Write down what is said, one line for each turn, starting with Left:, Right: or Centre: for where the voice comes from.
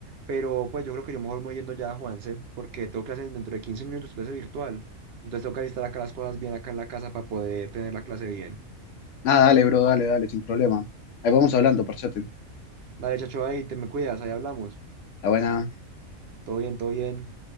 Right: pero pues yo creo que yo mejor me voy yendo ya a Juanse, porque tengo clases dentro de 15 minutos, clase virtual, entonces tengo que alistar acá las cosas bien acá en la casa para poder tener la clase bien.
Left: Ah, dale, bro, dale, dale, sin problema. Ahí vamos hablando, parchate.
Right: Dale, chacho, ahí te me cuidas, ahí hablamos.
Left: Está buena.
Right: Todo bien, todo bien.